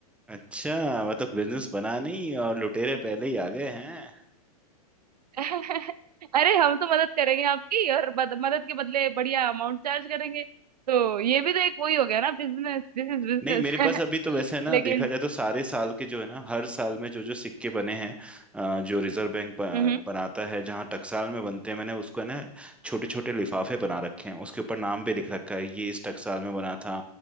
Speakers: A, in the centre; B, on the right.
A: अच्छा मतलब बिजनेस बना नहीं और लुटेरे पहले ही आ गए हैं
B: <laughs> अरे हम तो मदद करेंगे आपकी और बद, मदद के बदले बढ़िया अमाउंट चार्ज करेंगे तो ये भी तो एक वही हो गया ना बिजनेस दिस इज बिजनेस
A: नहीं मेरे पास अभी तो वैसे
B: <laughs>
A: है ना
B: लेकिन
A: देखा जाए तो सारे साल के जो है ना हर साल में जो जो सिक्के बने हैं अ, जो रिजर्व बैंक ब-
B: हम्म हम्म
A: बनाता है जहाँ टकसाल में बनते हैं मैंने उसको है ना छोटे छोटे लिफाफे बना रखे हैं उसके ऊपर नाम भी लिख रखा है ये इस टकसाल में बना था